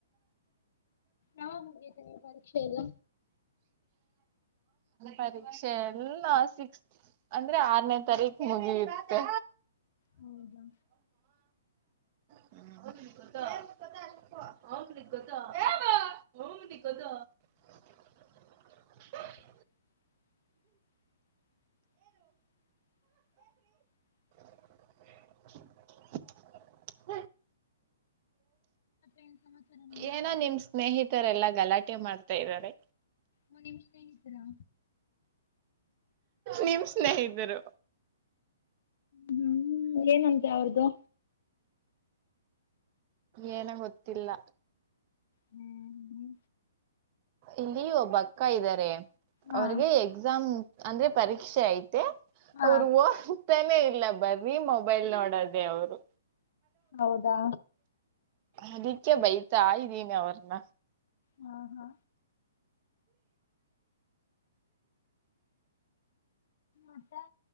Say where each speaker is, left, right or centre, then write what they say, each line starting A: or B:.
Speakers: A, on the left; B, on the right.
A: ಯಾವಾಗ ಮುಗಿಯುತ್ತೆ ನಿಮ್ಮ ಪರೀಕ್ಷೆ ಎಲ್ಲ
B: ಪರೀಕ್ಷೆ ಎಲ್ಲ ಸಿಕ್ಸ್ತ್ ಅಂದ್ರೆ ಆರನೇ ತಾರೀಕ್ ಮುಗಿಯುತ್ತೆ.
A: ಹೌದಾ
B: ಗತ್ತ ಹ ದಕ್ಕದ
A: <unintelligible> <unintelligible>
B: <unintelligible>
A: ಏನ್ ಸಮಾಚಾರ ನಿಮ್ಮ
B: ಏನೋ ನಿಮ್ ಸ್ನೇಹಿತರೆಲ್ಲಾ ಗಲಾಟೆ ಮಾಡ್ತಾ ಇದ್ದಾರೆ.
A: ಓ ನಿಮ್ ಸ್ನೇಹಿತರಾ
B: ನಿಮ್ ಸ್ನೇಹಿತರು
A: ಹ್ಮ್ ಏನಂತೆ ಅವ್ರ್ದು
B: ಏನ ಗೊತ್ತಿಲ್ಲ
A: ಹ್ಮ್ ಹ್ಮ
B: ಇಲ್ಲಿ ಒಬ್ಬ ಅಕ್ಕ ಇದ್ದಾರೆ
A: ಹಾ
B: ಅವ್ರಗೆ ಎಕ್ಸಾಮ್ ಅಂದ್ರೆ ಪರೀಕ್ಷೆ ಆಯ್ತು ಆಯ್ತಂತೆ
A: ಹಾ
B: ಅವ್ರು ಓದ್ತಾನೇ ಇಲ್ಲ ಬರ್ರೀ ಮೊಬೈಲ್ ನೋಡದೇ ಅವರು
A: ಹೌದಾ
B: ಅದಕ್ಕೆ ಬೈತಾ ಇದ್ದೀನಿ ಅವ್ರನ್ನ
A: ಹಾ ಹಾ ಊಟ